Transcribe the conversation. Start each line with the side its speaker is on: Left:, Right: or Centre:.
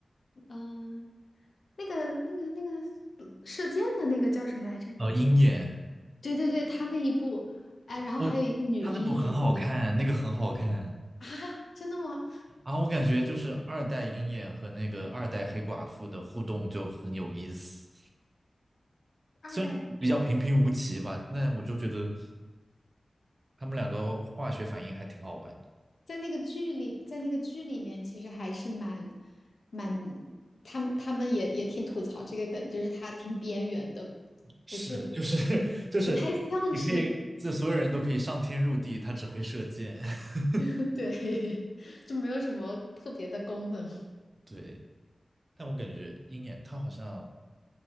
Left: 嗯、那个、那个、那个射箭的那个叫什么来着？
Right: 呃，鹰眼。
Left: 对对对，他那一部，哎，然后还有一个女鹰演的那个
Right: 我他那部很好看，那个很好看
Left: <laughs> 啊，真的吗？
Right: 啊！我感觉就是二代鹰眼和那个二代黑寡妇的互动就很有意思，
Left: 二代。
Right: 虽然比较平平无奇吧，但我就觉得他们两个化学反应还挺好玩的。
Left: 在那个剧里，在那个剧里面，其实还是蛮蛮，他们他们也也挺吐槽这个梗，就是他挺边缘的，
Right: 是，
Left: 不是很
Right: 就是 <laughs> 就是你可以，
Left: 不太像是。
Right: 这所有人都可以上天入地，他只会射箭。<laughs>
Left: <laughs> 对，<laughs> 就没有什么特别的功能。
Right: 对，但我感觉鹰眼他好像